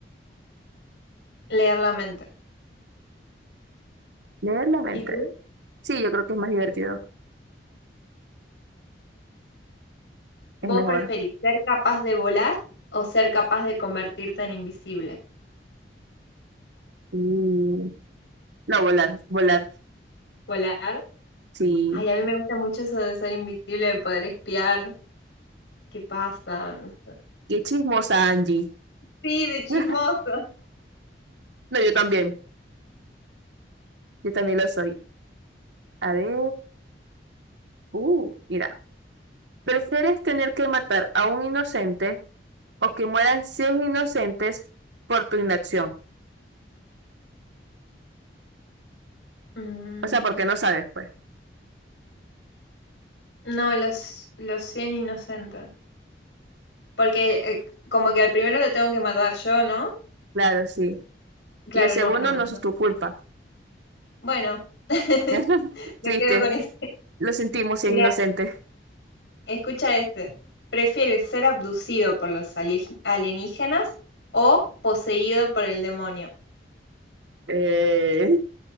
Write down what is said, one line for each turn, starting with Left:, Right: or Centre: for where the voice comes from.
Left: leer la mente.
Right: Leer la mente.
Left: ¿Y tú?
Right: Sí, yo creo que es más divertido. Es
Left: ¿Vos
Right: mejor.
Left: preferís ser capaz de volar o ser capaz de convertirte en invisible?
Right: Mm, No, volar, volar.
Left: ¿Volar?
Right: Sí.
Left: Ay, a mí me gusta mucho eso de ser invisible, de poder espiar qué pasa. no sé.
Right: Qué chismosa Angie.
Left: Sí, de chismoso.
Right: <laughs> No, yo también. Yo también lo soy. A ver. Uh, mira. ¿Prefieres tener que matar a un inocente o que mueran 100 inocentes por tu inacción?
Left: Mm,
Right: O sea, porque no sabes, pues.
Left: no, los, los 100 inocentes. Porque eh, como que al primero lo tengo que matar yo, ¿no?
Right: Claro, sí.
Left: Claro,
Right: Y el segundo
Left: no, no,
Right: no
Left: no.
Right: es tu culpa.
Left: Bueno, <laughs>
Right: <laughs>
Left: me
Right: Triste.
Left: quedo con eso.
Right: Lo sentimos, 100
Left: Mira,
Right: inocentes.
Left: escucha este. ¿Prefieres ser abducido por los alie- alienígenas o poseído por el demonio?
Right: Eh,